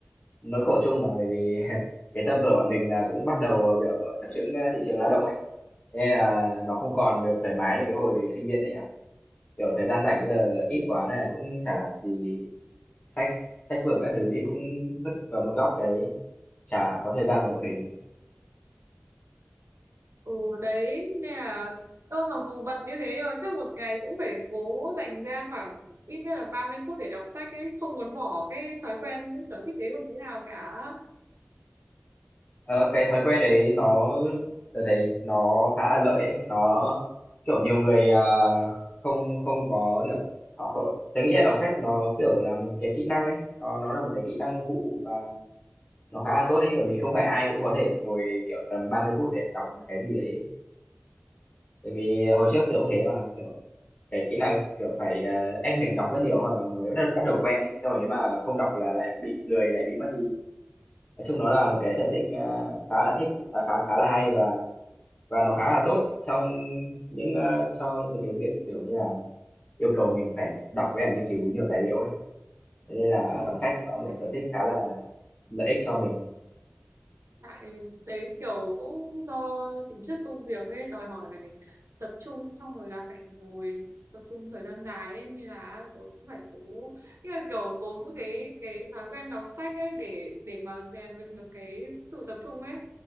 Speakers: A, on the left; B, on the right.
A: Nỗi khổ chung mà bởi vì <laughs> cái tầm tuổi bọn mình là cũng bắt đầu, kiểu, chập chững, ờ, thị trường lao động ấy, thế nên là nó không còn được thoải mái như cái hồi sinh viên nữa nhỉ? Kiểu, thời gian rảnh bây giờ ít quá này cũng chả làm gì, sách sách vở các thứ thì cũng vứt vào một góc đấy, chả có thời gian mà động đến.
B: Ừ đấy nên là tôi mặc dù bận như thế nhưng mà chắc một ngày cũng phải cố dành ra khoảng ít nhất là 30 phút để đọc sách ấy không muốn bỏ cái thói quen cái sở thích đấy một tí nào cả
A: Ờ, cái thói quen đấy nó tôi thấy nó khá là lợi ấy. Nó kiểu nhiều người à, không không có kiểu họ không, tớ nghĩ là đọc sách nó kiểu là một cái kỹ năng ấy nó nó là một cái kỹ năng phụ và nó khá là tốt đấy bởi vì không phải ai cũng có thể ngồi kiểu tầm 30 phút để đọc một cái gì đấy bởi vì hồi
B: ừ,
A: trước tôi cũng thế mà kiểu cái kỹ năng kiểu phải à, ép mình đọc rất nhiều hơn nó mới bắt bắt đầu quen ấy xong rồi nếu mà không đọc là lại bị lười lại bị mất đi nói chung nó là một cái sở thích à, khá là thích à, khá khá là hay và Và nó khá là tốt trong những, a, cho mấy cái việc, kiểu như là, yêu cầu mình phải đọc với cả nghiên cứu nhiều tài liệu ấy. Thế nên là
B: ừ.
A: đọc sách nó là một
B: Đấy.
A: sở thích khá là lợi ích cho mình.
B: tại đấy kiểu cũng do tính chất công việc ấy đòi hỏi phải tập trung xong rồi là phải ngồi tập trung thời gian dài ấy nên là tớ cũng phải cố như là kiểu cố giữ cái cái thói quen đọc sách ấy để để mà rèn luyện được cái sự tập trung ấy